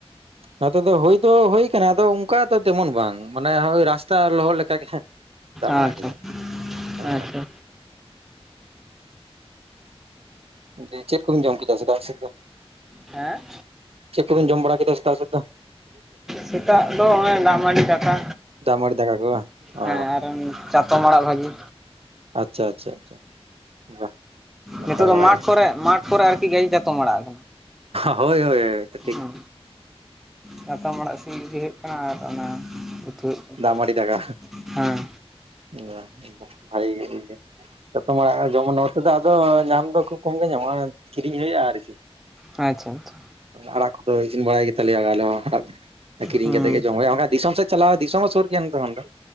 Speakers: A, on the right; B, in the centre.
A: ᱱᱚᱛᱮ ᱫᱚ ᱦᱳᱭ ᱫᱚ ᱦᱳᱭ ᱠᱟᱱᱟ ᱟᱫᱚ ᱚᱱᱠᱟ ᱫᱚ ᱛᱮᱢᱚᱱ ᱵᱟᱝ ᱢᱟᱱᱮᱭ ᱨᱟᱥᱛᱟ ᱞᱚᱦᱚᱫ ᱞᱮᱠᱟᱜᱮ ᱫᱟᱜ
B: ᱟᱪᱪᱷᱟ
A: ᱵᱟᱲᱟ ᱠᱮᱫᱟᱭ ᱦᱮ
B: ᱟᱪᱪᱷᱟ
A: ᱦᱩᱸ ᱫᱤᱭᱮ ᱪᱮᱫ ᱠᱚᱢ ᱡᱚᱢ ᱠᱮᱫᱟ ᱪᱮᱫᱟᱜ ᱥᱮ ᱫᱚ
B: ᱦᱮᱸ
A: ᱪᱮᱫ ᱠᱚᱵᱤᱱ ᱡᱚᱢ ᱵᱟᱲᱟ ᱠᱮᱫᱟ ᱥᱮᱛᱟᱜ ᱥᱮᱫᱫᱚ
B: ᱥᱮᱛᱟᱜ ᱫᱚ ᱱᱚᱜᱼᱚᱭ ᱫᱟᱜ ᱢᱟᱹᱰᱤ ᱫᱟᱠᱟ
A: ᱫᱟᱜ ᱢᱟᱹᱲᱤ ᱫᱟᱠᱟ ᱠᱚ ᱵᱟᱝ ᱚ
B: ᱦᱮᱸ ᱟᱨ ᱪᱟᱛᱚᱢ ᱟᱲᱟᱜ ᱵᱷᱟᱹᱜᱤ
A: ᱟᱪᱪᱷᱟ ᱟᱪᱪᱷᱟ <inaudible>
B: ᱱᱤᱛᱚᱜ ᱫᱚ
A: ᱵᱟᱲᱟ
B: ᱢᱟᱴ
A: ᱜᱮ
B: ᱠᱚᱨᱮ ᱢᱟᱴ ᱠᱚᱨᱮ ᱟᱨᱠᱤ ᱜᱮᱡᱮ ᱪᱟᱛᱚᱢ ᱟᱲᱟᱜ
A: ᱦᱳᱭ ᱦᱳᱭ ᱴᱷᱤᱠ
B: ᱦᱮᱸ ᱪᱟᱛᱚᱢ ᱟᱲᱟᱜ ᱥᱤᱫ ᱤᱫᱤ ᱦᱩᱭᱩᱜ ᱠᱟᱱᱟ ᱟᱨ ᱚᱱᱟ <unintelligible>
A: ᱫᱟᱜ ᱢᱟᱹᱰᱤ ᱫᱟᱠᱟ
B: ᱦᱟᱸ
A: <unintelligible> ᱪᱟᱛᱚᱢ ᱟᱲᱟᱜ ᱡᱚᱢ ᱱᱚᱛᱮᱫᱚ ᱟᱫᱚ ᱧᱟᱢ ᱫᱚ ᱠᱷᱩᱵ ᱠᱚᱢ ᱜᱮ ᱧᱟᱢᱚᱜᱼᱟ ᱠᱤᱨᱤᱧ ᱦᱩᱭᱩᱜᱼᱟ ᱟᱨᱠᱤ
B: ᱟᱪᱪᱷᱟ ᱟᱪᱪᱷᱟ
A: ᱟᱲᱟᱜ ᱠᱚᱫᱚ ᱤᱥᱤᱱ ᱵᱟᱲᱟᱭ ᱜᱮᱛᱟᱞᱮᱭᱟ ᱟᱞᱮᱲᱟᱜ ᱠᱤᱨᱤᱧ
B: ᱦᱮᱸ
A: ᱠᱟᱛᱮ ᱜᱮ ᱡᱚᱢᱭᱟ ᱫᱤᱥᱚᱢ ᱥᱮᱫ ᱪᱟᱞᱟᱣ ᱫᱤᱥᱚᱢ ᱦᱚᱸ ᱥᱩᱨ ᱜᱮᱭᱭᱟ ᱛᱚᱠᱷᱚᱱ ᱫᱚ